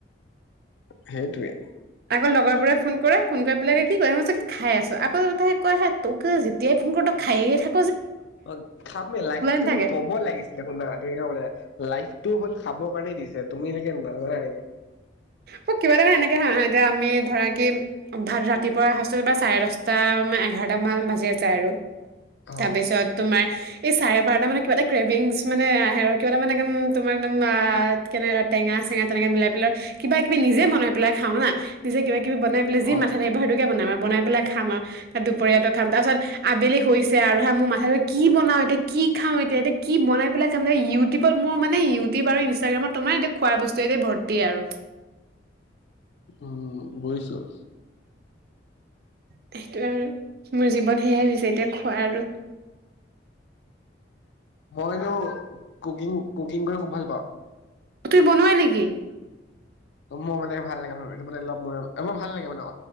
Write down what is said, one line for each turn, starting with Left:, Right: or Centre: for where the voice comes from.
Left: সেইটোৱে!
Right: আগৰ লগৰবোৰে ফোন কৰে, ফোন কৰি পেলাই কি কয় মই কৈছো কি খাই আছোঁ। আকৌ তাই কয় হে, তোক যেতিয়াই ফোন কৰোঁ তই খায়েই থা
Left: অ'! খামে, লাইফ তুমি
Right: নাথাকে
Left: ক'ব লাগিছিলে শুনা, ধুনীয়া মানে লাইফ টো হ'ল খাবৰ কাৰণে দিছে। তুমি চাগে নাজানাই।
Right: অ'! কিবা এটা মানে, এনেকে হা হা, এতিয়া আমি ধৰা কি ভাত ৰাতিপুৱা সাঁজো বা চাৰে দহটা, এঘাৰটা মান বাজি যায় আৰু।
Left: অ
Right: তাৰপিছত তোমাৰ এই চাৰে বাৰটা মানত কিবা এটা ক্ৰেভিংস মানে, আহে আৰু কিবা এটা মানে একদম তোমাক বা কেনেকা টেঙা- চেঙা তেনেকে মিলাই পেলে কিবা কিবি নিজে বনাই পেলাই খাওঁ না। নিজে কিবা কিবি বনাই পেলাই যি
Left: অ
Right: মাথাত আহিব সেইটো বনাম আৰু বনাই পেলাই খাম আৰু। তাৰ দুপৰীয়াটো খাম। তাৰ পাছত আবেলি হৈছে আৰু হা, মোৰ মাথাটো কি বনাওঁ এতিয়া, কি খাওঁ এতিয়া, এতিয়া কি বনাই পেলাই খাম। ইউটিউবত মোৰ মানে, ইউটিউব আৰু ইনষ্টাগ্ৰামত তোমাৰ এতিয়া খোৱা বস্তুৱেৰে ভৰ্তিয়ে আৰু।
Left: উম, বুজিছোঁ।
Right: সেইটোৱে আৰু মোৰ জীৱন সেয়াই হৈছে, এতিয়া খোৱা আৰু।
Left: মই এনেও কুকিং, কুকিং কৰি খুব ভাল পাওঁ!
Right: তুমি বনোৱা নেকি?
Left: মোৰ মানে ভাল লাগে। মানে, অলপ মোৰ মোৰ ভাল লাগে মানে।